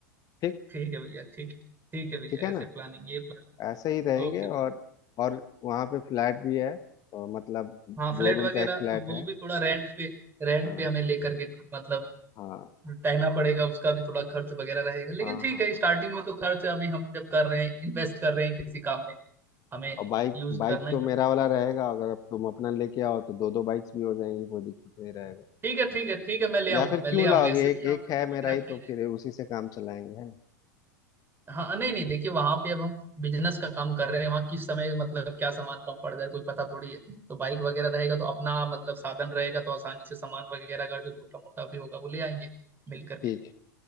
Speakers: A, on the left; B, on the right.
A: ठीक
B: ठीक है भैया ठीक है ठीक है भैया
A: ठीक है
B: ऐसे
A: ना
B: प्लानिंग ये प्लान
A: ऐसे ही रहेंगे
B: ओके भैया
A: और और वहाँ पे फ्लैट भी है और मतलब
B: हाँ फ्लैट
A: दो रूम
B: वगैरह
A: का एक फ्लैट
B: वो
A: है
B: भी थोड़ा रेंट पे रेंट
A: हाँ
B: पे हमें लेकर के मतलब
A: हाँ
B: रहना पड़ेगा उसका भी थोड़ा खर्च वगैरह रहेगा लेकिन
A: हाँ
B: ठीक
A: हाँ
B: है
A: हाँ
B: स्टार्टिंग में तो खर्च अभी हम जब कर रहे हैं इन्वेस्ट कर रहे हैं किसी काम में हमें
A: और बाइक
B: यूज
A: बाइक
B: करना
A: तो
B: ही पड़ेगा
A: मेरा वाला रहेगा अगर अब तुम अपना लेके आओ तो दो दो बाइक्स भी हो जाएंगी कोई दिक्कत नहीं रहेगा
B: ठीक है ठीक है ठीक है मैं ले
A: या
B: आऊंगा
A: फिर
B: मैं
A: क्यों
B: ले आऊंगा
A: लाओगे
B: ऐसे भी
A: एक
B: यहाँ
A: एक
B: पे
A: है
B: तो बाइक
A: मेरा ही
B: रखा
A: तो
B: ही रहेगा
A: फिर उसी से काम चलाएंगे है ना
B: हाँ नहीं नहीं देखिए वहां पे अब हम बिजनेस का काम कर रहे हैं वहाँ किस समय मतलब क्या सामान कम पड़ जाए कोई पता थोड़ी है तो बाइक वगैरह रहेगा तो अपना मतलब साधन रहेगा तो आसानी से सामान वगैरह अगर जो छोटा मोटा भी होगा वो ले आएंगे मिल करके
A: ठीक